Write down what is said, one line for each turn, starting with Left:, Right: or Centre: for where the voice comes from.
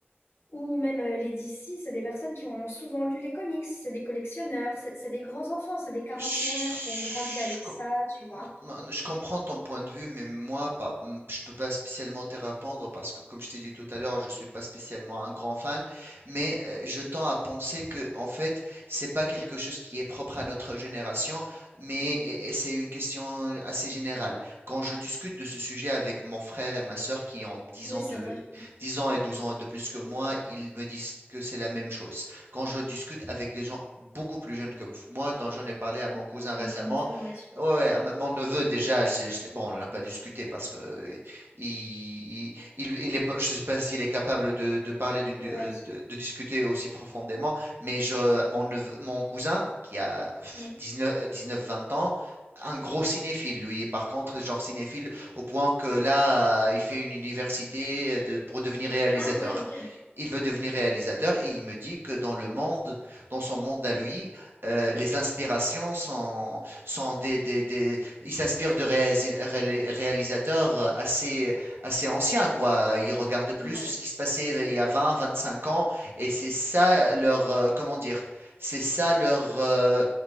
Left: ou même euh, les DC, c'est des personnes qui ont souvent lu les comics, c'est des collectionneurs, c'est c'est des grands enfants, c'est des quarantenaires
Right: Je,
Left: qui ont grandi avec ça, tu vois.
Right: non, non, je comprends ton point de vue, mais moi, pas, mm, je peux pas spécialement te répondre parce que, comme je t'ai dit tout à l'heure, je suis pas spécialement un grand fan, mais euh, je tends à penser que, en fait, c'est pas quelque chose qui est propre à notre génération, mais eh, eh, c'est une question assez générale. Quand je discute de ce sujet avec mon frère et ma sœur qui ont dix
Left: Oui,
Right: ans
Left: c'est
Right: de,
Left: vrai.
Right: 10 ans et 12 ans de plus que moi, ils me disent que c'est la même chose. Quand je discute avec des gens beaucoup plus jeunes que moi, dont j'en ai parlé à mon cousin récemment,
Left: Comme ton neveu, ouais.
Right: ouais, ouais, à m- mon neveu déjà, j'ai- je l'ai- bon, on n'en a pas discuté parce que euh, il, il, il est, pas- je sais pas s'il est capable de, de parler d'une, du-
Left: Ouais,
Right: euh, de, de discuter aussi profondément, mais je, mon neveu- mon cousin qui a
Left: oui.
Right: 19, 19, 20 ans, un gros cinéphile, lui. Par contre, genre cinéphile au point que là, euh, il fait une université de, pour devenir réalisateur.
Left: Ah ouais, ok.
Right: Il veut devenir réalisateur et il me dit que dans le monde, dans son monde à lui, euh, les inspirations sont, sont des, des, des- Il s'inspire de réasi- ré- réalisateurs assez, assez anciens, quoi. Il regarde plus
Left: Ouais.
Right: ce qui se passait euh, il y a 20, 25 ans et c'est ça leur... euh, comment dire? C'est ça leur... euh,